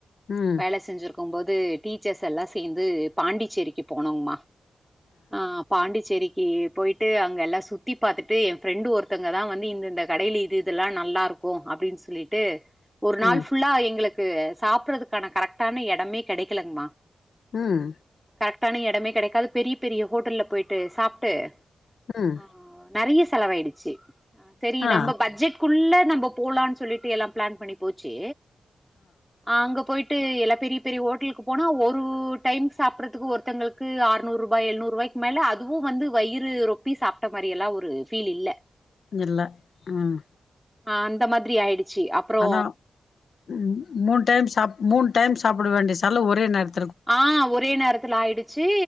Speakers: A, on the left (about 70°); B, in the centre.
A: ம்
B: வேல செஞ்சிருக்க இருக்கும் போது டீச்சர்ஸ் எல்லாம் சேர்ந்து பாண்டிச்சேரிக்கு போனோங்கமா ஆ பாண்டிச்சேரிக்கு ஏ போயிட்டு அங்கெல்லாம் சுத்தி பாத்துட்டு என் ஃப்ரெண்டு ஒருத்தங்க தான் வந்து இந்த இந்த கடையில இது இதெல்லாம் நான் நல்லா இருக்கும் அப்பிடின்னு சொல்லிட்டு ஒரு நாள்
A: ம்
B: ஃபுல்லா எங்குளுக்கு னக்கு சாப்பறதுக்கான கரெக்டான எடமே கெடைக்கலங்கமா
A: ம்
B: கரெக்டான எடமே கடைக்காது பெரிய பெரிய ஹோட்டல்லல போயிட்டு சாப்புட்டு
A: ம்
B: ஆ நறைய செலவாயுடுச்சு செரி
A: ஆ
B: நம்ம பட்ஜெட் புள்ளா நம்ம போலாம்னு சொல்லிட்டு எல்லாம் பிளான் பண்ணி போச்சு ஆ அங்க போயிட்டு ட்டு எல்லாம் பெரிய பெரிய ஹோட்டலுக்கு போனா ஒரு டைம் சாப்பறதுக்கு ஒருத்தவங்களுக்கு அறுநூறு ரூபாய் எழுநூறு ரூபாய்க்கு மேல அதுவும் வந்து வயிறு ரொப்பி சாப்பிட்ட மாதிரி எல்லாம் ஒரு ஃபீல் இல்ல
A: இல்ல ம்
B: ஆ அந்த மாதிரி ஆயிடுச்சு அப்புறோ
A: ஆனா ம் மூன் டைம்ஸ் மூன் டைம்ஸ் சாப்ட வேண்டிய சால்ல ஒரே நேரத்
B: ஆ ஒரே நேரத்துல ஆயிடுச்சு